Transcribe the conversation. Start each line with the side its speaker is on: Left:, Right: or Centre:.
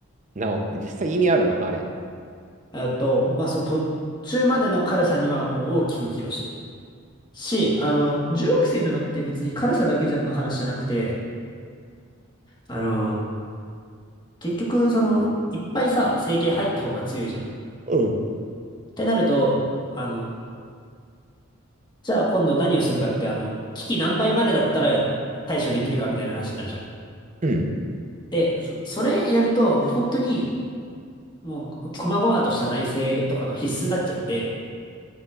Right: なのって実際意味あるのあれ。
Left: あと、まあ、そう、途中までの軽さにはもう大きく寄与してる。し、あの、重惑星なのって別に軽さだけじゃの話じゃなくて、あの、結局、その、いっぱいさ、整形入った方が強いじゃん。っ
Right: うん。
Left: てなると、あの、じゃあ今度何をするかって、あの、危機何倍までだったら対処できるかみたいな話になるじゃん。
Right: うん。
Left: で、そ、それやると、もう本当に、もう、こ細々とした内政とかが必須になっちゃってて、